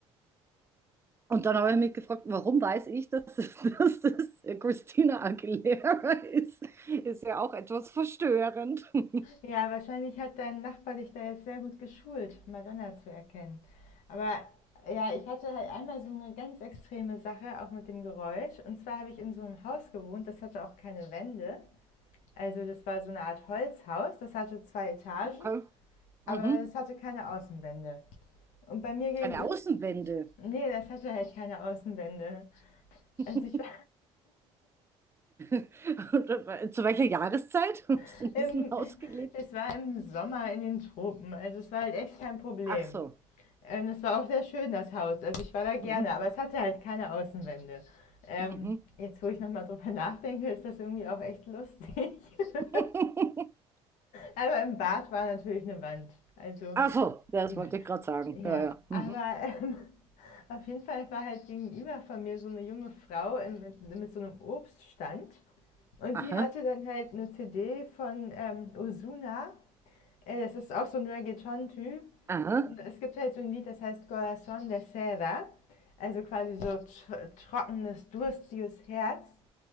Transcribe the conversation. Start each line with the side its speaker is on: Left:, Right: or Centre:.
Right: Und dann habe ich mich gefragt, warum weiß ich, dass es, <laughs> dass es äh, Christina Aguilera ist? Ist ja auch etwas verstörend. <laughs>
Left: Ja, wahrscheinlich hat dein Nachbar dich da jetzt sehr gut geschult, Madonna zu erkennen. Aber ja, ich hatte halt einmal so eine ganz extreme Sache, auch mit dem Geräusch. Und zwar habe ich in so einem Haus gewohnt, das hatte auch keine Wände. Also das war so eine Art Holzhaus, das hatte zwei Etagen,
Right: Okay. Mhm.
Left: aber das hatte keine Außenwände. Und bei mir gegenüber,
Right: Keine Außenwände.
Left: nee, das hatte halt keine Außenwände.
Right: <laughs>
Left: Also
Right: Und,
Left: ich war
Right: äh, Zu welcher Jahreszeit <laughs> hast
Left: <laughs>
Right: du in
Left: im,
Right: diesem Haus gelebt?
Left: es war im Sommer in den Tropen, also es war halt echt kein Problem.
Right: Ach so.
Left: Ähm, das war auch sehr schön, das Haus. Also ich war da gerne,
Right: Mhm.
Left: aber es hatte halt keine Außenwände. Ähm,
Right: Mhm.
Left: jetzt, wo ich nochmal drüber <laughs> nachdenke, ist das irgendwie auch echt lustig. <laughs>
Right: <laughs>
Left: aber im Bad war natürlich eine Wand. Also,
Right: Ach so, das
Left: ja.
Right: wollte ich gerade sagen.
Left: Ja,
Right: Ja, ja. Mhm.
Left: aber ähm, <laughs> auf jeden Fall war halt gegenüber von mir so eine junge Frau in, mit, mit so einem Obststand. Und die
Right: Aha,
Left: hatte dann halt eine CD von ähm, Ozuna äh, das ist auch so ein Reggaeton-Typ.
Right: aha.
Left: Und es gibt halt so ein Lied, das heißt „Corazón de Seda“, also quasi so tr trockenes, durstiges Herz.